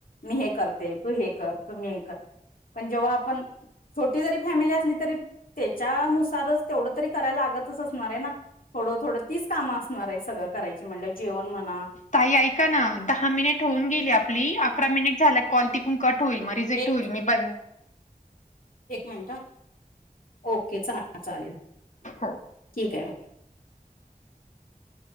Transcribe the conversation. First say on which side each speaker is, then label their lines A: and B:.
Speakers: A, on the left (about 70°); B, on the left (about 55°).
A: मी हे करते, तू हे कर. तुम्ही हे करा, पण जेव्हा आपण छोटी जरी फॅमिली असली तरी त्याच्यानुसारच तेवढं तरी करायला लागतच असणार आहे ना थोडं थोडं तीच कामं असणार आहे सगळं. करायची म्हणलं जेवण म्हणा
B: ताई ऐका ना, दहा मिनिट होऊन गेली आप ली अकरा मिनिट झाला कॉल तिकून कट होईल मग रिजेक्ट
A: एक
B: होईल, मी बंद
A: एक मिनिट ओके चाला चालेल.
B: हो
A: <unintelligible>